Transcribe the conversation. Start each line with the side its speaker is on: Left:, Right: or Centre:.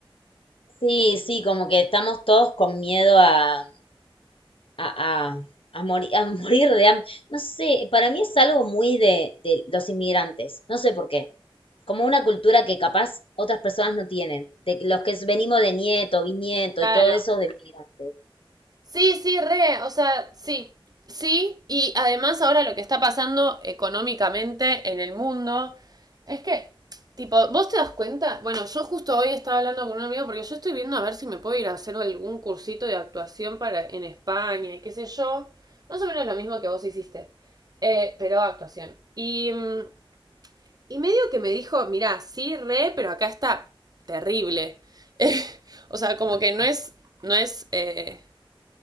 Left: sí, sí, como que estamos todos con miedo a, a, a, a mori- a <laughs> morir de hambre. No sé, para mí es algo muy de, de los inmigrantes, no sé por qué. Como una cultura que capaz otras personas no tienen, de que los que venimos de nieto, bisnieto
Right: Claro.
Left: y todo eso de inmigrantes.
Right: Sí, sí, re, o sea, sí. Sí, y además ahora lo que está pasando económicamente en el mundo es que, tipo, vos te das cuenta, bueno, yo justo hoy estaba hablando con un amigo porque yo estoy viendo a ver si me puedo ir a hacer algún cursito de actuación para en España y qué sé yo, más o menos lo mismo que vos hiciste, eh, pero actuación. Y mm, Y medio que me dijo, mirá, sí, re, pero acá está terrible. <laughs> Eh, o sea, como que no es, no es, eh,